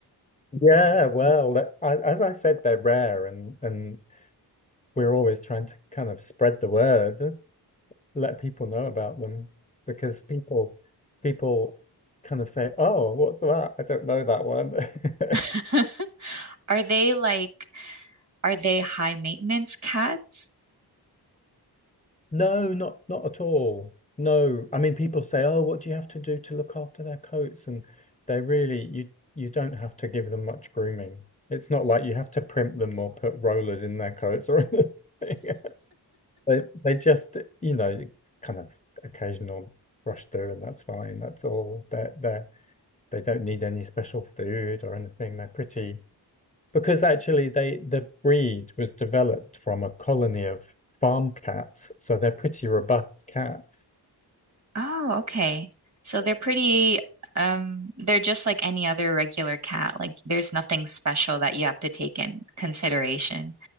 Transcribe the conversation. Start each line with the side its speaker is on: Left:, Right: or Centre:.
Left: Yeah, well, that- I, as I said, they're rare and and we're always trying to kind of spread the word, let people know about them because people people kind of say, "Oh, what's that? I don't know that one." <laughs>
Right: <laughs> Are they like are they high maintenance cats?
Left: No, not not at all. No, I mean people say, "Oh, what do you have to do to look after their coats?" And they really you you don't have to give them much grooming. It's not like you have to primp them or put rollers in their coats or anything. <laughs> They they just, you know, kind of occasional brush through and that's fine. That's all. They're they're They don't need any special food or anything. They're pretty because actually they the breed was developed from a colony of farm cats, so they're pretty robust cats.
Right: Oh, okay. So they're pretty um they're just like any other regular cat. Like there's nothing special that you have to take in consideration.